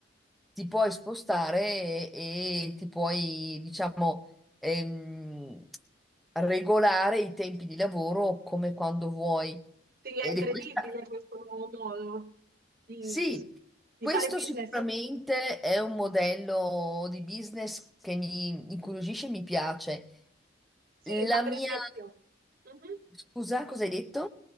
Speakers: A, in the centre; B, on the right.
A: ti puoi spostare e, e ti puoi, diciamo, ehm, regolare i tempi di lavoro come quando vuoi.
B: Sì, è
A: Ed
B: incredibile
A: è questa,
B: questo nuovo modo di,
A: sì,
B: di
A: questo
B: fare business.
A: sicuramente è un modello di business che mi incuriosisce e mi piace.
B: Sì,
A: La
B: ma per
A: mia,
B: esempio... Mhm.
A: scusa, cosa hai detto?